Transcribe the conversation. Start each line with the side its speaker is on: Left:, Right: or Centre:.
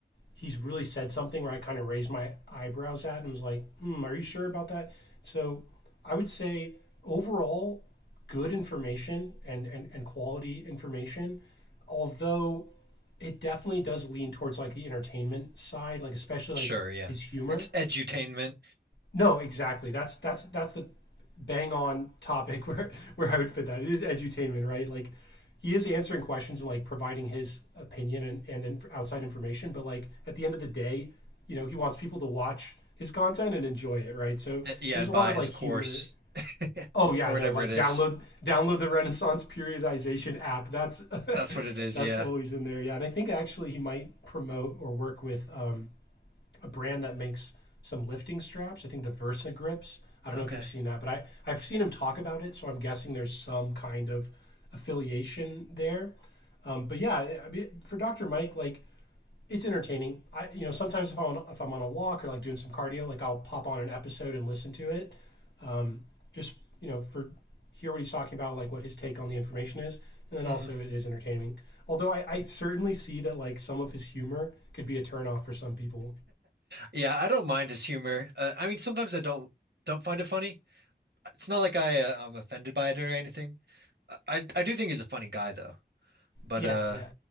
Left: he's really said something where I kind of raised my eyebrows at and was like, hmm, are you sure about that? So I would say overall, good information and, and, and quality information, although it definitely does lean towards like the entertainment side, like especially
Right: Sure,
Left: like
Right: yeah.
Left: his humor.
Right: It's edutainment.
Left: No, exactly. That's that's that's the bang on topic <laughs> where where I would fit that. It is edutainment, right? Like he is answering questions and like providing his opinion and and inf- outside information, but like at the end of the day, you know, he wants people to watch his content and enjoy it, right? So
Right: Uh, Yeah,
Left: there's
Right: and
Left: a lot
Right: buy
Left: of
Right: his
Left: like humor.
Right: course <laughs>
Left: Oh yeah,
Right: or whatever
Left: no, like
Right: it is.
Left: download download the Renaissance periodization app. That's
Right: That's
Left: <laughs>
Right: what it is,
Left: that's
Right: yeah.
Left: always in there. Yeah, and I think actually he might promote or work with um a brand that makes some lifting straps. I think the Versa grips. I don't
Right: Okay.
Left: know if you've seen that, but I I've seen him talk about it, so I'm guessing there's some kind of affiliation there. Um, but yeah, I- mean, for Dr. Mike, like it's entertaining. I you know sometimes if I'm on, if I'm on a walk or like doing some cardio, like I'll pop on an episode and listen to it. Um, just you know for hear what he's talking about, like what his take on the information is, and then also
Right: hmm
Left: it is entertaining. Although I, I certainly see that like some of his humor could be a turnoff for some people.
Right: Yeah, I don't mind his humor. Uh, I mean, sometimes I don't don't find it funny. It's not like I uh, I'm offended by it or anything. I I do think he's a funny guy though. But
Left: Yeah,
Right: uh
Left: yeah.